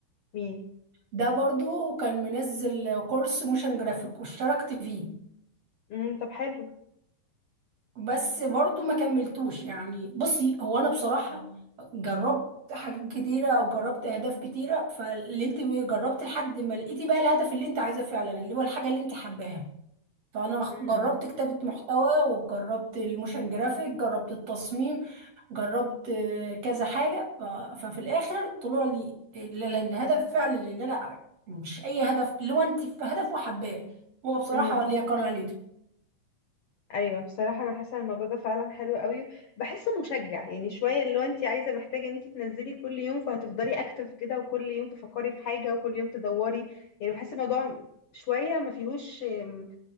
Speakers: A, on the left; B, on the right.
A: مين
B: ده برضو كان منزل كورس موشن جرافيك واشتركت فيه
A: امم طب حلو
B: بس برضو ما كملتوش يعني بصي هو انا بصراحة جربت حاجات كتيرة او جربت اهداف كتيرة فاللي انت جربت لحد ما لقيتي بقى الهدف اللي انت عايزاه فعلا اللي هو الحاجة اللي انت حباها فانا خ-
A: امم
B: جربت كتابة محتوى وجربت الموشن جرافيك جربت التصميم جربت آه، كذا حاجة ف- ففي الاخر طلع لي ال- ال- الهدف فعلا اللي انا مش اي هدف اللي هو انت في هدف وحباه هو بصراحة
A: امم
B: ولا يكون عليه
A: ايوه بصراحه انا حاسه ان الموضوع ده فعلا حلو قوي بحسه مشجع يعني شويه اللي هو انت عايزه محتاجه ان انت تنزلي كل يوم فهتفضلي اكتف كده وكل يوم تفكري في حاجه وكل يوم تدوري يعني بحس الموضوع شويه ما فيهوش أم،